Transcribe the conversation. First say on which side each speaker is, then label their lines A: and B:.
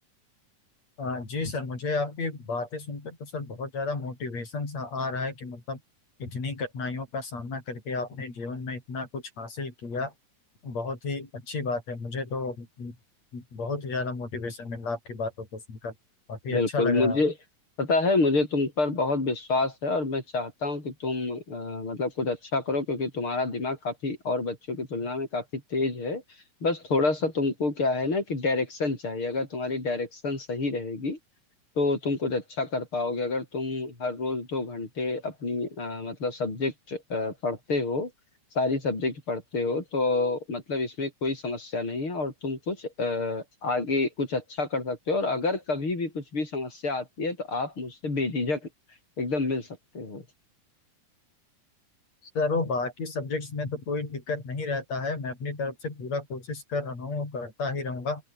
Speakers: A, on the left; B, on the left.
A: आ, जी सर मुझे आपकी बातें सुनकर तो सर बहुत ज़्यादा मोटिवेशन सा आ रहा है कि मतलब इतनी कठिनाइयों का सामना करके आपने जीवन में इतना कुछ हासिल किया बहुत ही अच्छी बात है मुझे तो म, बहुत ही ज़्यादा मोटिवेशन मिल रहा आपकी बातों को सुनकर काफ़ी
B: बिल्कुल
A: अच्छा लग
B: मुझे
A: रहा
B: पता है मुझे तुम पर बहुत विश्वास है और मैं चाहता हूँ कि तुम अ, मतलब कुछ अच्छा करो क्योंकि तुम्हारा दिमाग काफी और बच्चों की तुलना में काफी तेज है बस थोड़ा सा तुमको क्या है ना कि डायरेक्शन चाहिए अगर तुम्हारी डायरेक्शन सही रहेगी तो तुम कुछ अच्छा कर पाओगे अगर तुम हर रोज दो घंटे अपनी अ, मतलब सब्जेक्ट पढ़ते हो सारी सब्जेक्ट पढ़ते हो तो मतलब इसमें कोई समस्या नहीं है और तुम कुछ अ, आगे कुछ अच्छा कर सकते हो और अगर कभी भी कुछ भी समस्या आती है तो आप मुझसे बेझिझक एकदम मिल सकते हो
A: सर वो बाकी सब्जेक्ट्स में तो कोई दिक्कत नहीं रहता है मैं अपनी तरफ से पूरा कोशिश कर रहा हूँ करता ही रहूंगा